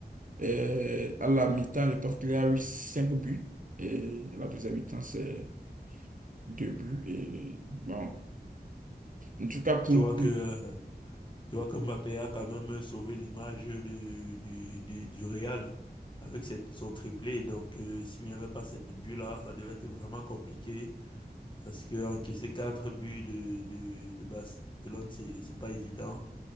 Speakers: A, on the right (about 50°); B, on the left (about 30°).
A: et à la mi-temps, je pense qu'il y a eu 5 buts. Et la deuxième mi-temps, c'est 2 buts. Et bon, En tout cas, pour,
B: Tu vois
A: pour-
B: que, euh, tu vois que Mbappé a quand même sauvé l'image du, du, du, du Real avec cette, son triplé. Donc, euh, s'il n'y avait pas ces buts-là, ça devait être vraiment compliqué Parce que encaisser quatre buts de, de, de Barcelone, c'est, c'est pas évident.